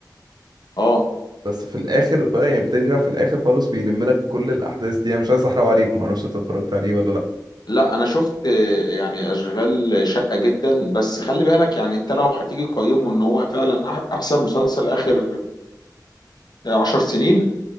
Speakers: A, on the left; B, on the right.
A: اه
B: بس في الاخر بقى يعني بترجع في الاخر خالص بيلم لك كل الاحداث دي انا مش عايز احرق عليك معرفش انت اتفرجت عليه ولا لا
A: لا انا شفت آه، يعني اشغال شقة جدا بس خلي بالك يعني انت لو هتيجي تقيمه ان هو فعلا أح- احسن مسلسل اخر آه، عشر سنين